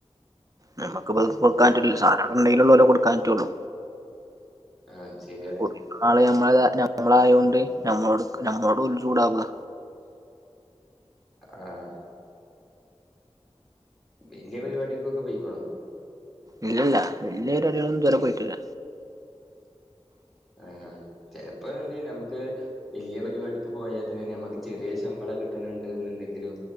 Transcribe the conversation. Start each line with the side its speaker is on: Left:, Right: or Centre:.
Right: നമുക്ക്പ്പത് കൊടുക്കാറ്റുലല്ലോ
Centre: ആഹ്
Right: സാനാംഅവിടെഉണ്ടെയിലുള്ളോള്ളൊ കൊടുക്കൻറ്റുള്ളൂ.
Centre: ആഹ് ശരിയാണ്
Right: കൊടുക്കുന്ന ആൾ നമ്മളായൊണ്ട് നമ്മളോട് നമ്മളോഡോല്ചൂടാവ.
Centre: ആഹ് വെല്ല്യയ പരിപാടിയാൾക്കൊക്കെ പൊയിക്കണോ?
Right: ഇല്ലല്ല വെല്ലിയപാടികളൊന്നുംതുവരെപോയിട്ടില്ല
Centre: ആഹ് ചെൽപ്പോന്തെയും നമുക്ക് വെല്ലിയ പരിപാടിക്ക്പോയാതന്നെ നമുക്ക്ചെറിയശമ്പളംകിട്ട്ണ് ണ്ട്ന്ന്ണ്ടങ്കിലും.